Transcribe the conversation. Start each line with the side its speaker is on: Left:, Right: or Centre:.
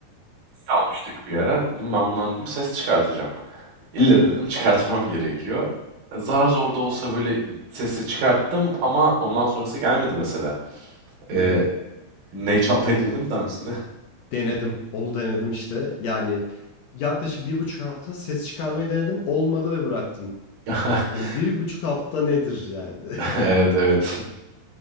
Right: Ney almıştık bir ara. Dedim ben bundan dedim ses çıkartacağım. İlle dedim çıkartmam gerekiyor. Zar zor da olsa böyle sesi çıkarttım ama ondan sonrası gelmedi mesela.
Left: Hı
Right: Ee,
Left: hı.
Right: ney çalmayı denedim mi daha öncesinde?
Left: Denedim. Onu denedim işte. Yani yaklaşık bir buçuk hafta ses çıkarmayı denedim. Olmadı ve bıraktım.
Right: <laughs>
Left: Yani bir buçuk hafta nedir yani? <laughs>
Right: Evet evet.